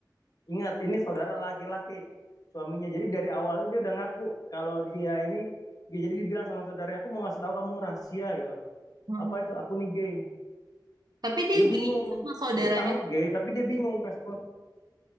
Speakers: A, on the left; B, on the right.
A: ingat ini saudara laki-laki suaminya jadi dari awal itu dia udah ngaku kalau dia ini gay jadi dibilang sama saudaranya aku mau ngasih tahu kamu rahasia gitu
B: hmm.
A: apa itu aku nih gay
B: Tapi dia
A: dia
B: gaynya
A: bingung
B: sama saudaranya.
A: dia tahu gay tapi dia bingung respon